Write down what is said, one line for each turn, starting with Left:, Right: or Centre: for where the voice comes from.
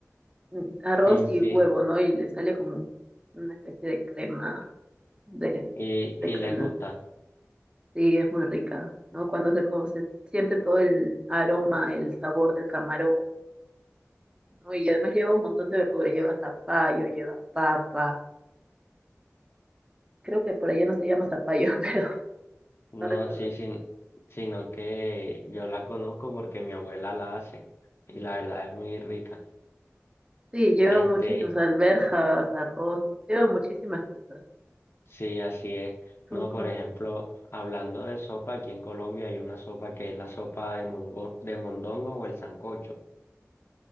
Right: mm, arroz
Left: Sí,
Right: y
Left: sí,
Right: huevo, ¿no? Y le sale como una especie de crema de,
Left: y,
Right: de
Left: y
Right: caldo.
Left: les gusta.
Right: Sí, es muy rica, ¿no? Cuando se, como se siente todo el aroma, el sabor del camarón, ¿no? Y además lleva un montón de verduras, lleva zapallo, lleva papa. Creo que por allá no se llama zapallo, <laughs> pero
Left: No,
Right: no recuerdo.
Left: sí, sí, sino que yo la conozco porque mi abuela la hace y la verdad es muy rica.
Right: Sí, lleva
Left: Este,
Right: muchísimas alberjas, arroz, lleva muchísimas cosas.
Left: Sí, así es.
Right: Es
Left: No,
Right: un,
Left: por ejemplo, hablando de sopa, aquí en Colombia hay una sopa que es la sopa de mongo- de mondongo o el sancocho,